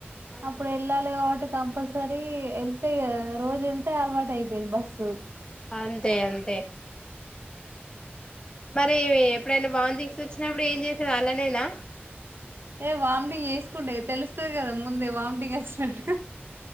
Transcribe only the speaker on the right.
అప్పుడు ఎల్లాలి కాబట్టి కంపల్సరీ వెళ్తే ఇగ రోజు వెళ్తే అలవాటు అయిపోయింది బస్సు
ఏ వామిటింగ్ చేసుకుండే తెలుస్తది కదా ముందే వామిటింగ్ వచ్చినట్టు.